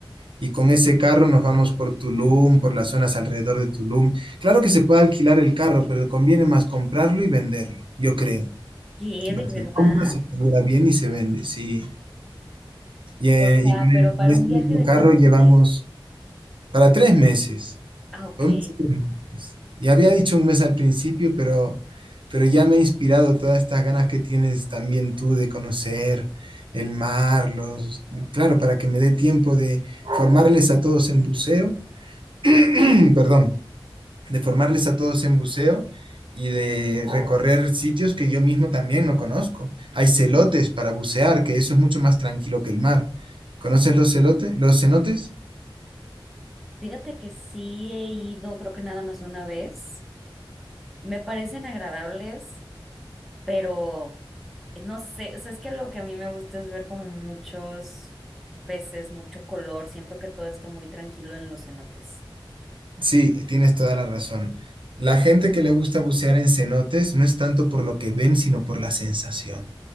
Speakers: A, on the right; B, in the centre.
A: Y con ese carro nos vamos por Tulum, por las zonas alrededor de Tulum. Claro que se puede alquilar el carro, pero conviene más comprarlo y venderlo, yo creo.
B: ¿Qué,
A: Lo
B: de
A: que
B: verdad?
A: compras se asegura bien y se vende, sí. Y, eh,
B: O sea,
A: y con el-
B: pero para
A: en ese
B: un viaje
A: mismo
B: de
A: carro
B: cuántos
A: llevamos
B: días.
A: para tres meses.
B: Ah, ok.
A: Fue un mes y Ya había dicho un mes al principio, pero, pero ya me ha inspirado todas estas ganas que tienes también tú de conocer el mar, los, claro, para que me dé tiempo de formarles a todos en buceo, <clears throat> perdón, de formarles a todos en buceo y de recorrer sitios que yo mismo también no conozco. Hay celotes para bucear, que eso es mucho más tranquilo que el mar. ¿Conoces los celotes, los cenotes?
B: Fíjate que sí he ido, creo que nada más una vez. Me parecen agradables, pero eh, no sé, o sea, es que lo que a mí me gusta es ver como muchos peces, mucho color. Siento que todo está muy tranquilo en los cenotes.
A: Sí, tienes toda la razón. La gente que le gusta bucear en cenotes no es tanto por lo que ven, sino por la sensación.